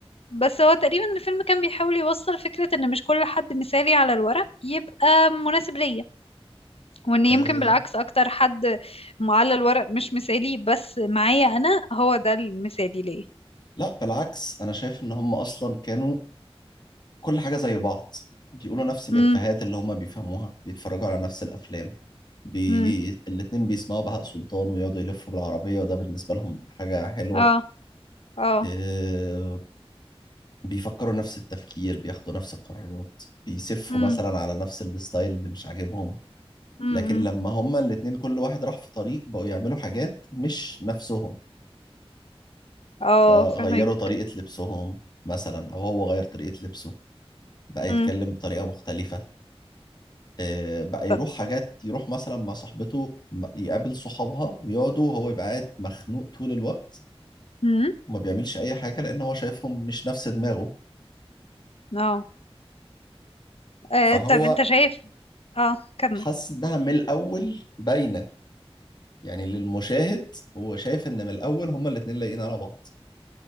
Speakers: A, on the left (about 70°); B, on the left (about 45°).
A: بس هو تقريبا الفيلم كان بيحاول يوصل فكرة ان مش كل حد مثالي على الورق يبقى مناسب ليا وان يمكن
B: آه،
A: بالعكس اكتر حد م- على الورق مش مثالي بس معايا انا هو ده المثالي ليا
B: لا بالعكس انا شايف ان هم اصلا كانوا كل حاجة زي بعض بيقولوا نفس الإفيهات
A: امم
B: اللي هم بيفهموها بيتفرجوا على نفس الأفلام بي...
A: امم
B: الاتنين بيسمعوا بهاء سلطان ويقعدوا يلفوا بالعربية وده بالنسبة لهم حاجة حلوة
A: اه اه
B: آه، بيفكروا نفس التفكير بياخدوا نفس القرارات بيسفوا
A: امم
B: مثلا على نفس الستايل اللي مش عاجبهم
A: امم
B: لكن لما هما الاتنين كل واحد راح في طريق بقوا يعملوا حاجات مش نفسهم
A: اه
B: فغيروا
A: فهمك
B: طريقة لبسهم مثلا أو هو غير طريقة لبسه بقى يتكلم
A: امم
B: بطريقة مختلفة آه، بقى
A: طب
B: يروح حاجات يروح مثلا مع صاحبته م- يقابل صحابها ويقعدوا وهو يبقى قاعد مخنوق طول الوقت
A: امم
B: وما بيعملش أي حاجة لأن هو شايفهم مش نفس دماغه
A: اه آه،
B: فهو
A: طب انت شايف اه كمل
B: حس إنها من الأول باينة يعني للمشاهد هو شايف ان من الاول هما الاتنين لايقين على بعض